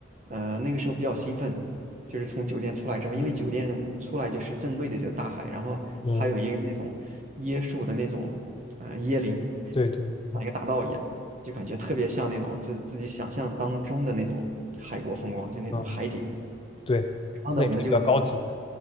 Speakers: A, on the right (about 40°); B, on the left (about 25°).
A: 呃，那个时候比较兴奋，就是从酒店出来之后，因为酒店出来就是正对着就大海，
B: 嗯
A: 然后还有一个那种椰树的那种呃椰林，
B: 嗯，对对，嗯
A: 像一个大道一样，就感觉特别像那种就自己想象当中的那种海国风光，就那种海景。
B: 嗯，对，
A: 然后呢，
B: 那个比较高级。
A: 我们就